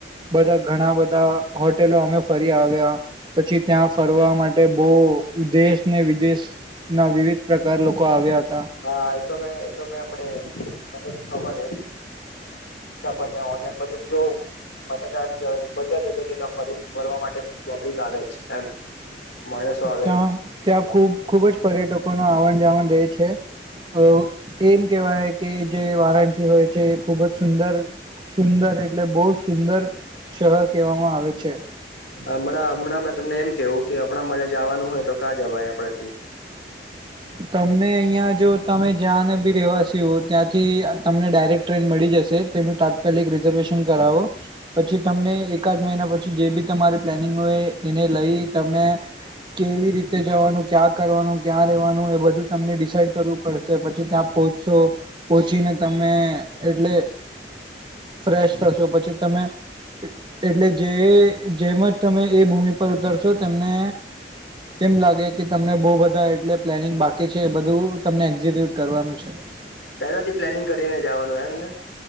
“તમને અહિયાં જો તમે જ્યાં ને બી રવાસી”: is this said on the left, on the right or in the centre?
Right